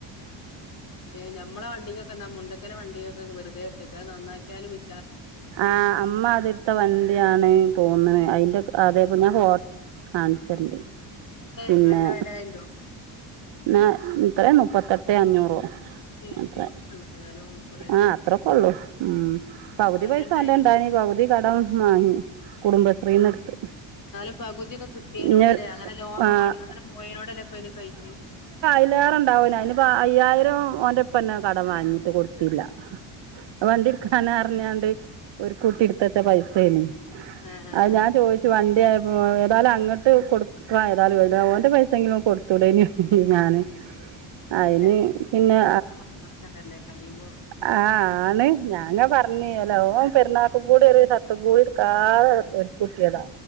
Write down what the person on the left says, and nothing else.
<unintelligible> ഞമ്മളെ വണ്ടിക്കെന്താ <unintelligible> ഞങ്ങടെ വണ്ടിയൊക്കെ വെറുതെട്ടക്ക അത് നന്നാക്കിയാലും വി
എത്ര
നല്ല വെലായുണ്ടോ
എത്ര
ഉള്ളൂ ഏതായാലും കൊറെയൊക്കെ
ഓന്റെ
ഇണ്ടായിനു
എന്നാലും പ-
എന്നാലും പകുതിയൊക്കെ കിട്ടിയേനോട്ല്ലേ
അങ്ങനെ <unintelligible>
പണി അങ്ങനെ പോയനോടല്ലേ ഇപ്പ അയ്ന് കഴിഞ്ഞ്
ആ ആ
അല്ല <unintelligible>
തന്നെല്ലേ കഴയുമ്പോ